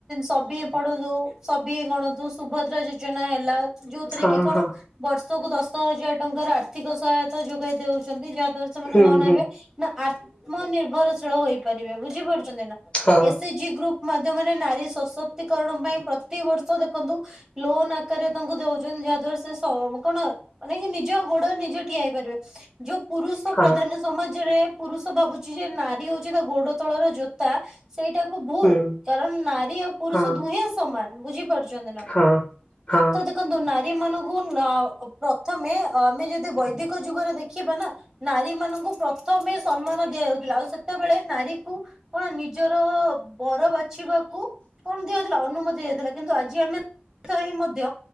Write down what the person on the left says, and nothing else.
ହଁ
ହଁ
ହୁଁ
ହୁଁ
ହଁ
ହଁ
ହୁଁ
ହଁ
ହଁ ହଁ